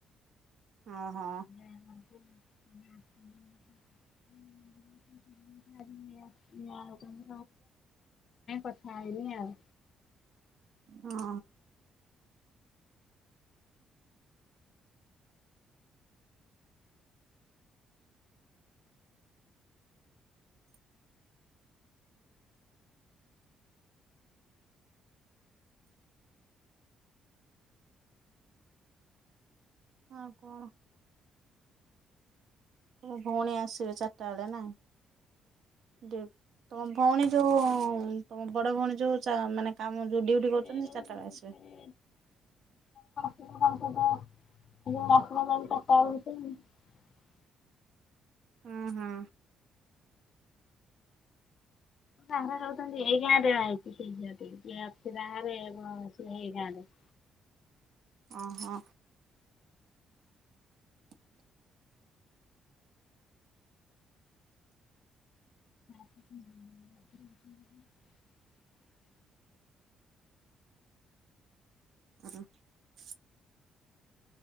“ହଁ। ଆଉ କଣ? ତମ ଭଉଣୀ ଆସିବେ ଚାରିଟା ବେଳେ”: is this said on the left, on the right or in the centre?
Right